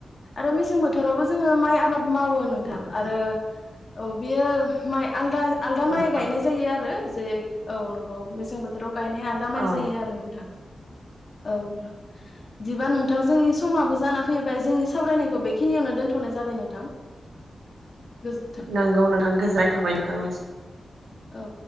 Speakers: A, on the left; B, on the right.
A: आरो मेसें बोथोरावबो जोङो माइ आबाद। मावो नोंथां
B: नंगौ
A: आरो औ बेयो मद। आलदा माइ
B: नोंथां
A: गायनाय जायो आरो जे औ नंगौ मेसें बोथोराव। गायनाय आदा माइ
B: औ
A: जायो आरो नोंथां औोंथां बिदिबा नोंथां जोंनि। समाबो जानानै फैबाय जोंनि सावरायनायखौ बेखिनियावनो दोनथ'नाय जाबाय नोंथां। गोजो
B: नंगौ नोंथां गोजोननाय थाबाय नोंथांनिसिम।
A: औ।